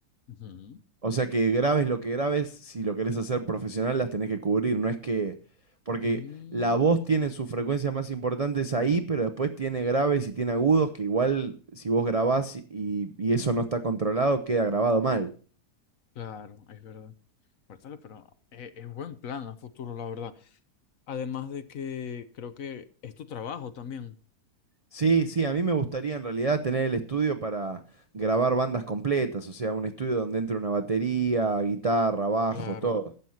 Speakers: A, on the left; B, on the right.
A: Ujú.
B: O sea que grabes lo que grabes, si lo querés hacer profesional, las tenés que cubrir. No es que. Porque
A: Mm,
B: la voz tiene sus frecuencias más importantes ahí, pero después tiene graves y tiene agudos que igual si vos grabás y, y eso no está controlado, queda grabado mal.
A: claro, es verdad. Cuéntale, pero es, es buen plan a futuro, la verdad. Además de que creo que es tu trabajo también.
B: Sí, sí, a mí me gustaría en realidad tener el estudio para grabar bandas completas, o sea, un estudio donde entre una batería, guitarra, bajo,
A: Claro.
B: todo.